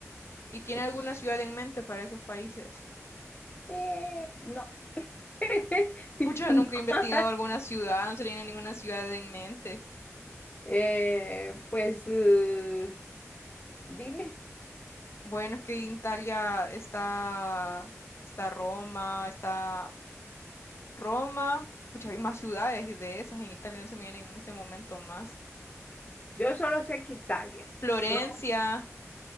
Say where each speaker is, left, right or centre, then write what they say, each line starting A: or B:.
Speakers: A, on the left; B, on the left.
A: ¿Y tiene
B: esos.
A: alguna ciudad en mente para esos países?
B: Eh, no, <laughs>
A: Pucha,
B: no.
A: nunca he investigado
B: <laughs>
A: alguna ciudad, no se le viene ninguna ciudad en mente.
B: Eh, pues eh, dime.
A: Bueno, es que en Italia está, está Roma, está Roma. Pucha, hay más ciudades de esas en Italia, no se me vienen en este momento más.
B: Yo solo sé que Italia,
A: Florencia,
B: Roma,